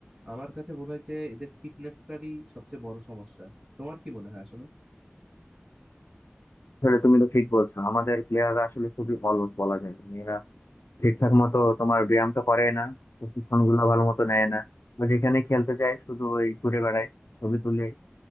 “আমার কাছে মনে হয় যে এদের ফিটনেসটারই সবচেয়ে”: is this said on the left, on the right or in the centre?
Right